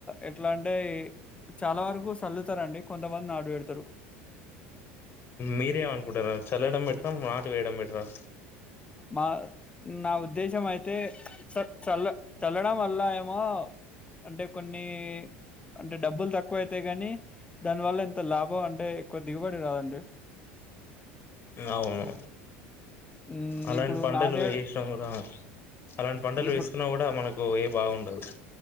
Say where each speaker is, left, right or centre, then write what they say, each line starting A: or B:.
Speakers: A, on the left; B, on the left.
A: ఎట్లా అంటే చాలా వరకు సల్లుతారుండి కొంతమంది నాడు పెడతారు
B: మీరే ఏంఅనుకుంటారూ చల్లడం బెటారా నాటు వేయడం బెటారా
A: మా నా ఉద్దేశం అయితే చ చల్ల చల్లడం వల్ల ఏమో అంటే కొన్ని అంటే డబ్బులు తక్కువైతాయి కాని దానివల్ల ఇంత లాభం అంటే ఎక్కువ దిగుబడి రాదండి
B: అవును
A: మ్మ్
B: అలాంటి
A: ఇప్పుడు
B: పంటలు
A: నాటే
B: వేసాం కదా అలాంటి పంటలు
A: ఇప్పుడు
B: వేసుకున్నా కూడా మనకు ఏం బాగుండదు